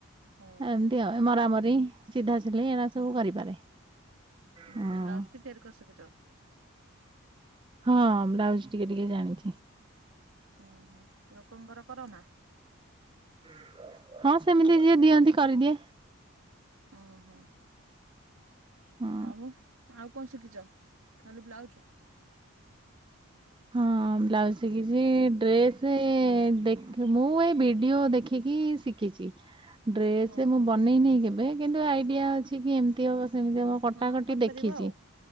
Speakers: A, on the right (about 75°); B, on the right (about 20°).
A: ଓହୋ
B: ଏମତି ଆଉ ମରାମରି। ସିଧା ସିିଲେଇ ଏରାସବୁ
A: ହୁଁ
B: କରିପାରେ
A: ହୁଁ
B: ହଁ।
A: ବ୍ଲାଉଜ ବି ତିଆରି କରି ସିକିଚ।
B: ହଁ ବ୍ଲାଉଜ୍ ଟିକେ ଟିକେ ଜାଣିଚି।
A: ଉଁ ହୁଁ ଲୋକଙ୍କର କରନା?
B: <inaudible> ହଁ ସେମିତି ଯିଏ ଦିଅନ୍ତି କରିଦିଏ।
A: ଉଁ ହୁଁ
B: ହଁ।
A: ଆଉ ଆଉ କଣ ଶିଖିଚ? ଖାଲି ବ୍ଲାଉଜ୍।
B: ହଁ ବ୍ଲାଉଜ୍। ଶିଖିଛି ଡ୍ରେସ୍ ଦେଖି ମୁଁଏଇ ଭିଡ଼ିଓ ଦେଖିକି ଶିଖିଚି।
A: <inaudible>
B: ଡ୍ରେସ୍
A: ଓହୋ
B: ମୁବନେଇନି କେବେ କିନ୍ତୁ ଆଇଡିଆ ଅଛି। ଟିକେ ଏମିତି ହବ ସେମିତି ହବ କଟାକଟି
A: ହଁ କରିପାରିବ
B: ଦେଖିଚି
A: ଆଉ